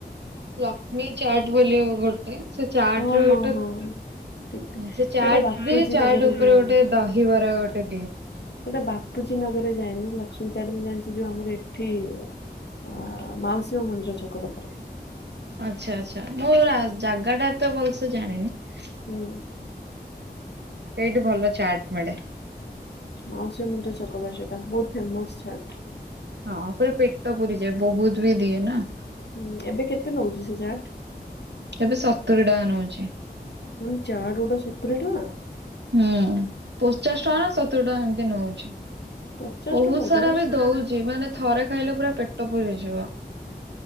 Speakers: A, on the right; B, on the left.
A: ଲକ୍ଷ୍ମୀ ଚାଟ ବୋଲି ଗୋଟେ ସେ ଚାଟ
B: ହଁ
A: ରେ
B: ହଁ
A: ଗୋଟେ
B: ହଁ ଠିକ
A: ସେ ଚାଟ
B: ସେଇଟା ବାପୁଜୀ
A: ଦିଏ ଚାଟ
B: ନଗରରେ
A: ଉପରେ
B: ଯାଏନି।
A: ଗୋଟେ ଦହିବରା ଗୋଟେ ଦିଏ।
B: ସେଟା ବାପୁଜୀ ନଗରରେ ଯାଇନି ଲକ୍ଷ୍ମୀ ଚାଡଣୀ ଜାଣିଛି ଯୋଉ ଆମର ଏଠି ଅ ମାଉସୀମା ମନ୍ଦିର ଛକ ପାଖରେ।
A: ଆଚ୍ଛା ଆଛା ମୁଁ ଜାଗା ଟା ଏତେ ଭଲସେ ଜାଣିନି।
B: ହୁଁ।
A: ଏଇଠି ଭଲ ଚାଟ ମିଳେ।
B: ମାଉସୀମା ମନ୍ଦିର ଛକ ପାଖରେ ସେଇଟା ବହୁତ ଫେମସ ଚାଟ୍।
A: ହଁ ପୁରା ପେଟ ପୁରିଯାଏ ବହୁତ ବି ଦିଏ ନା।
B: ହୁଁ ଏବେ କେତେ ନଉଛି ସେ ଚାଟ?
A: ଏବେ ସତୁରି ଟଙ୍କା ନଉଛି।
B: ମାନେ ଚାଟ ଗୋଟା ସତୁରି ଟକା।
A: ହୁଁ ପଚାଶ ଟଙ୍କା ନା ସତୁରି ଟଙ୍କା ଏମିତି ନଉଛି।
B: ପଚାଶ
A: ବହୁତ
B: ଟଙ୍କା ନଉଥିବ
A: ସାରା
B: ସତୁ
A: ବି ଦଉଛି ମାନେ ଥରେ ଖାଇଲେ ପୁରା ପେଟ ପୁରିଯିବ।